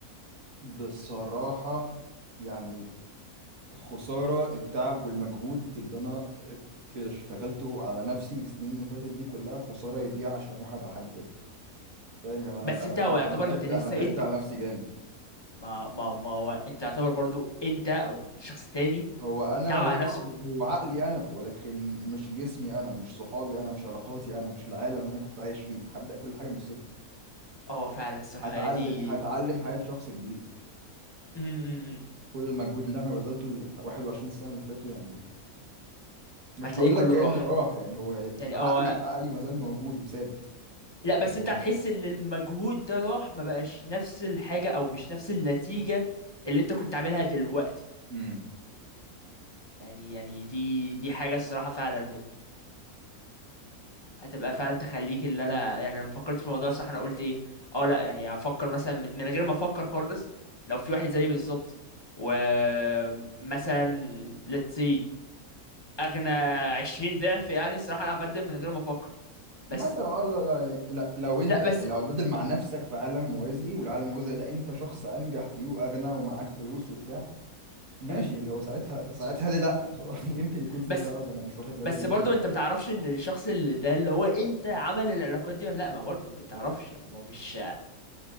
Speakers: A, on the right; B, on the left.
A: بصراحة يعني خسارة التعب والمجهود اللي انا اشتغلته على نفسي السنين اللي فاتت دي كلها خسارة يضيع عشان اروح ابقى حد تاني فاهم يعني انا
B: بس
A: انا
B: انت هو
A: انا
B: يعتبر
A: أنا تعبت
B: انت لسه
A: انا تعبت
B: إيه؟ انت
A: على نفسي جامد
B: ما ما ما هو انت تعتبر برضو انت او الشخص التاني
A: هو انا
B: تعب
A: هو
B: على نفسه
A: هو عقلي انا ولكن مش جسمي انا مش صحابي انا مش علاقاتي انا مش العالم اللي انا كنت عايش فيه هبدأ كل حاجة من الصفر
B: اه فعلا الصراحة
A: هتعلم
B: هي دي
A: هتعلم حياة شخص جديد
B: م- م- م.
A: كل المجهود اللي انا بذلته ال 21 سنة اللي فاتوا يعني مش
B: هتلاقيه
A: هقول
B: كله
A: لك كأنه
B: راح
A: راح يعني هو
B: يعني
A: ده عقلي
B: هو
A: عقلي ما زال موجود وثابت
B: لا
A: ولكن
B: بس انت هتحس ان المجهود ده راح ما بقاش نفس الحاجة او مش نفس النتيجة اللي انت كنت عاملها دلوقتي
A: امم
B: يعني يعني دي دي حاجة الصراحة فعلا هتبقى فعلا تخليك اللي انا يعني لما فكرت في الموضوع صح انا قلت ايه اه لا يعني افكر مثلا من, من غير ما افكر خالص لو في واحد زيي بالظبط ومثلا let's say اغنى 20 ضعف يعني الصراحه انا هبدل من غير ما افكر بس
A: مثلا اه لا لا لا- لو انت
B: لا
A: يعني
B: بس
A: لو هتبدل مع نفسك في عالم موازي والعالم الموازي ده انت شخص انجح فيه واغنى ومعاك فلوس وبتاع ماشي
B: مم.
A: اللي هو ساعتها ساعتها ليه لا بصراحة <laughs> يمكن يكون في
B: بس
A: سبب انا مش واخد بالي
B: بس
A: منه
B: برضو
A: دلوقتي
B: انت بتعرفش ان الشخص اللي ده اللي هو انت عمل العلاقات دي ولا لا ما برضو انت بتعرفش يعني ما هو مش